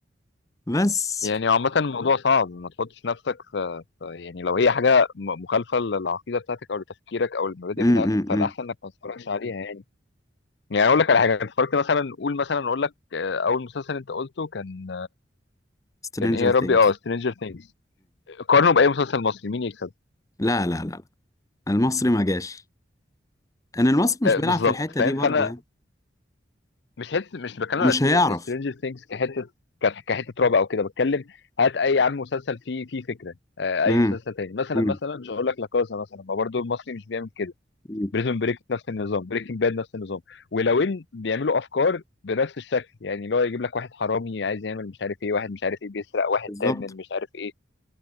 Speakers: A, on the left; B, on the left.
A: <laughs> بس
B: يعني عامة الموضوع صعب ما تحطش نفسك في في- يعني لو هي حاجة م- مخالفة للعقيدة بتاعتك أو لتفكيرك أو المبادئ
A: امم
B: بتاعتك فالأحسن إنك ما تتفرجش عليها يعني يعني اقول لك على حاجه انت اتفرجت مثلا قول مثلا اقول لك آه، اول مسلسل انت قلته كان
A: سترينجر
B: كان ايه يا
A: ثينجز
B: ربي اه سترينجر ثينجز قارنه باي مسلسل مصري مين يكسب
A: لا لا لا لا المصري ما جاش ان المصري مش
B: آه،
A: بيلعب
B: بالظبط
A: في الحتة
B: فاهم
A: دي برضو
B: فانا
A: يعني
B: مش حته مش بتكلم
A: ومش
B: على
A: هيعرف
B: سترينجر ثينجز كحته ك- كحته رعب او كده بتكلم هات اي عم مسلسل فيه فيه فكره آه، اي
A: امم
B: مسلسل تاني مثلا
A: امم
B: مثلا مش هقول لك لا كازا مثلا ما برضه المصري مش بيعمل كده
A: أمم.
B: بريزون بريك نفس النظام بريكنج باد نفس النظام ولو ان بيعملوا افكار بنفس الشكل يعني اللي هو يجيب لك واحد حرامي عايز يعمل مش عارف ايه واحد مش عارف ايه بيسرق واحد
A: بالظبط
B: تاب من مش عارف ايه